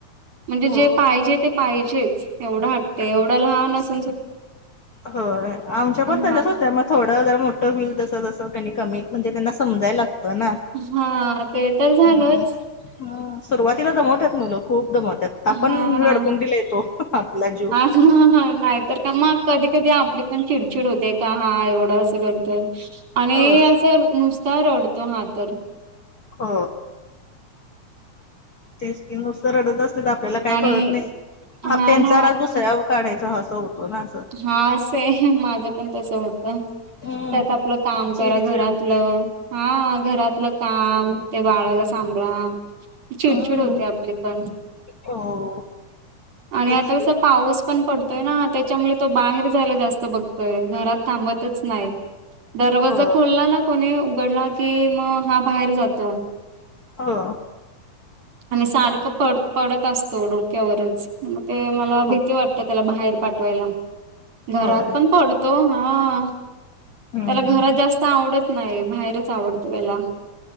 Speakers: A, on the right (about 60°); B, on the left (about 40°).
A: म्हणजे
B: हो
A: जे पाहिजे ते पाहिजेच एवढं हटते एवढं लहान अस
B: हो आमच्या पण
A: हा.
B: तशच होत्या मग थोडं जर मोठं होल तस तसं कमीत म्हणजे त्यांना समजायला लागत ना
A: हा ते तर झालंच
B: ह सुरुवातीला जमवतत मुलं खूप दमवतात
A: हा.
B: आपण लडकून दिला येतो आपला जीव
A: ह ह नाहीतर का मग कधी कधी आपली पण चिडचिड होते का हा एवढं असं करत आणि
B: होय
A: असं नुसता रडतो हा तर
B: हो ते स्कीम नुार अडत आपल्याला काय
A: आणि
B: कळत नाही
A: हा
B: त्यांचा
A: ना
B: रा दुसऱ्या काढायचा ह असं होतो ना असं.
A: हा असं आहे माझं पण तस होतं
B: हम्म
A: त्यात आपलं काम
B: चिड
A: करा घरातलं
B: चिड होत्या
A: हा घरातलं काम ते बाळाला सांभाळा चिडचिड
B: हम्म
A: होते आपले पण
B: हो
A: आणि
B: तेच
A: आता कसं
B: की
A: पाऊस पण पडतोय ना त्याच्यामुळे तो बाहेर जायला जास्त बघतोय घरात थांबतच नाही दरवाजा
B: हो
A: खोलला ना कोणी उघडला की मग हा बाहेर जातो
B: हा
A: आणि सारखं पड पडत असतो डोक्यावरच मग ते मला
B: हो
A: भीती वाटतात त्याला बाहेर पाठवायला घरात
B: होय
A: पण पडतो हा
B: हम्म
A: त्याला घरात
B: हम्म
A: जास्त आवडत नाही बाहेरच आवडत त्याला